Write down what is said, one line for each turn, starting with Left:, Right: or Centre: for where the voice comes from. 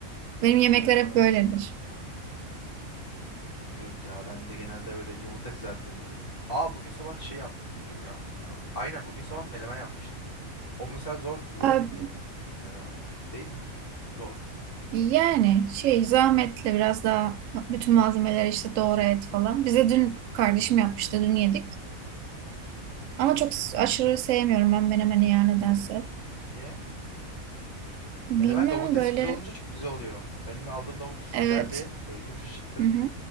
Right: Benim yemekler
Left: Aa,
Right: hep böyledir.
Left: yok ya ben de genelde böyle yumurta kızartırım yerim. Aa bugün sabah şey yap. Bugün mü yaptım ben onu? Aynen bugün sabah menemen yapmıştım. O mesela zor zor
Right: Ee,
Left: bir yemek. Menemen. Değil mi? Zor.
Right: Yani şey zahmetli biraz daha bütün malzemeleri işte doğru et falan. Bize dün kardeşim yapmıştı dün yedik. Ama çok s- aşırı sevmiyorum ben menemeni ya nedense.
Left: Niye?
Right: Bilmem
Left: Menemen domates
Right: böyle
Left: güzel olunca çok güzel oluyor. Benim aldığım domates
Right: evet.
Left: güzeldi. Böyle yumuşacıktı.
Right: Hı hı.